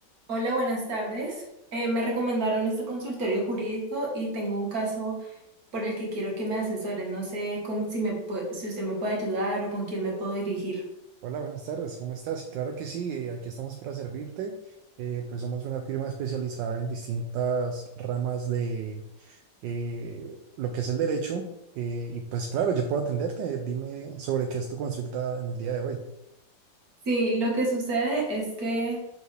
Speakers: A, on the right; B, on the right.
A: Hola, buenas tardes. Eh, me recomendaron este consultorio jurídico y tengo un caso por el que quiero que me asesoren. No sé con- si me pue- si usted me puede ayudar o con quién me puedo dirigir.
B: Hola, buenas tardes, ¿cómo estás? Claro que sí, eh, aquí estamos para servirte. Eh, pues somos una firma especializada en distintas ramas de eh, lo que es el derecho. eh, y pues claro, yo puedo atenderte. Dime sobre qué es tu consulta en el día de hoy.
A: Sí, lo que sucede es que